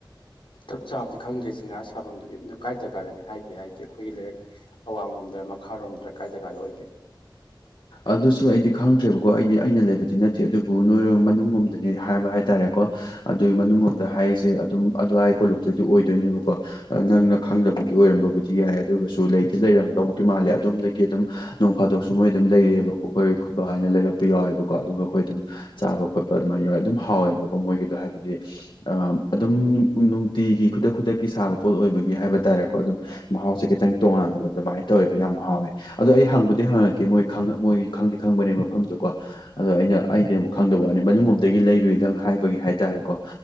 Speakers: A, on the left; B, on the left.
A: ꯆꯞ ꯆꯥꯕꯗꯤ ꯈꯪꯗꯦ ꯁꯤꯡꯒꯥꯥ ꯁꯥꯐꯝꯗꯨꯗꯤ ꯑꯗꯨ ꯀꯥꯏ ꯖꯒꯥꯗꯅꯤ ꯍꯥꯏꯒꯦ ꯍꯥꯏꯗꯤ ꯑꯈꯣꯏꯒꯤ ꯂꯩꯔꯛ ꯑꯋꯥꯡ ꯂꯣꯝꯗꯝ ꯃꯈꯥꯔꯣꯝꯗꯔ ꯀꯥꯏ ꯖꯒꯥꯗ ꯑꯣꯏꯒꯦ
B: ꯑꯗꯨꯁꯨ ꯑꯩꯗꯤ ꯈꯪꯗ꯭ꯔꯦꯕꯀꯣ ꯑꯩꯗꯤ ꯑꯩꯅ ꯂꯩꯕꯗꯤ ꯅꯠꯇꯦ ꯑꯗꯨꯕꯨ ꯅꯣꯏꯔꯣꯝ ꯃꯅꯨꯡꯂꯣꯝꯗꯅꯦ ꯍꯥꯏꯕ ꯍꯥꯏ ꯇꯥꯔꯦꯀꯣ ꯑꯗꯨꯒꯤ ꯃꯅꯨꯡꯂꯣꯝꯗ ꯍꯥꯏꯔꯤꯁꯦ ꯑꯗꯨꯝ ꯑꯗꯨꯋꯥꯏ ꯀꯣꯂꯨꯞꯇꯗꯤ ꯑꯣꯏꯗꯣꯏꯅꯦꯕꯀꯣ ꯅꯪꯅ ꯈꯪꯗꯕꯒꯤ ꯑꯣꯏꯔꯝꯕꯕꯨꯗꯤ ꯌꯥꯏ ꯑꯗꯨꯒꯁꯨ ꯂꯩꯗꯤ ꯂꯩꯔꯝꯗꯧꯗꯤ ꯃꯥꯜꯂꯦ ꯑꯗꯣꯝꯗꯒꯤ ꯑꯗꯨꯝ ꯅꯣꯡ ꯐꯥꯗꯣꯛ ꯗꯨꯃꯣꯏ ꯑꯗꯨꯝ ꯂꯩꯔꯛꯑꯦꯕꯀꯣ ꯑꯈꯣꯏ ꯀꯀꯥ ꯍꯣꯏꯅ ꯂꯩꯔꯛꯄ ꯌꯥꯎꯋꯦꯕꯀꯣ ꯑꯗꯨꯒ ꯑꯈꯣꯏ ꯑꯗꯨꯝ ꯆꯥꯕ ꯈꯣꯠꯄ ꯑꯗꯨꯃꯥꯏꯅ ꯌꯥꯎꯋꯦ ꯑꯗꯨꯝ ꯍꯥꯎꯋꯦꯕꯀꯣ ꯃꯣꯏꯒꯤꯗꯣ ꯍꯥꯏꯕꯗꯤ ꯑ ꯑꯗꯨꯝ ꯅꯨꯡꯇꯤꯒꯤ ꯈꯨꯗꯛ ꯈꯨꯗꯛꯀꯤ ꯁꯥꯕ ꯄꯣꯠ ꯑꯣꯏꯕꯒꯤ ꯍꯥꯏꯕ ꯇꯥꯔꯦꯀꯣ ꯑꯗꯨꯝ ꯃꯍꯥꯎꯁꯦ ꯈꯤꯇꯪ ꯇꯣꯡꯉꯥꯟꯕꯗ ꯑꯗꯨꯃꯥꯏꯅ ꯇꯧꯋꯦꯕ ꯌꯥꯝ ꯍꯥꯎꯋꯦ ꯑꯗꯣ ꯑꯩ ꯍꯪꯕꯨꯗꯤ ꯍꯪꯉ ꯀꯦ ꯃꯣꯏ ꯃꯣꯏ ꯈꯪꯗꯤ ꯈꯪꯕꯅꯦ ꯃꯐꯝꯗꯨ ꯀꯣ ꯑꯗꯣ ꯑꯩꯅ ꯑꯩꯗꯤ ꯑꯃꯨꯛ ꯈꯪꯗꯕ ꯋꯥꯅꯤ ꯃꯅꯨꯡꯗꯂꫭꯝꯗꯒꯤ ꯂꯩꯔꯨꯏꯗꯪ ꯍꯥꯏꯕꯒꯤ ꯍꯥꯏ ꯇꯥꯔꯦꯀꯣ